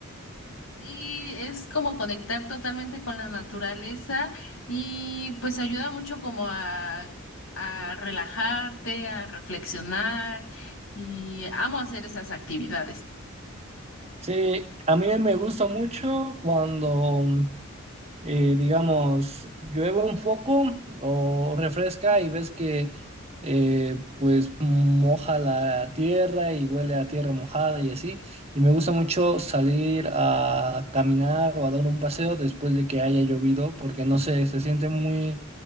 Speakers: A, on the left; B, on the right.
A: Sí, es como conectar totalmente con la naturaleza y pues ayuda mucho como a, a relajarte, a reflexionar y amo hacer esas actividades.
B: Sí, a mí me gusta mucho cuando, eh, digamos, llueve un poco o refresca y ves que, eh, pues, moja la tierra y huele a tierra mojada y así. Y me gusta mucho salir a caminar o a dar un paseo después de que haya llovido, porque no sé, se siente muy,